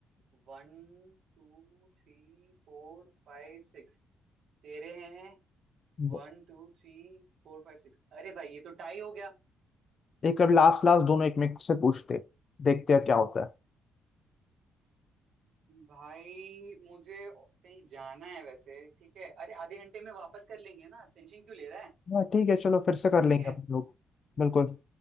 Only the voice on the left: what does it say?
हम्म,
एक अब लास्ट लास्ट दोनों एक में से पूछते देखते हैं क्या होता
है हाँ ठीक है चलो फिर से कर
लेंगे
हम लोग बिल्कुल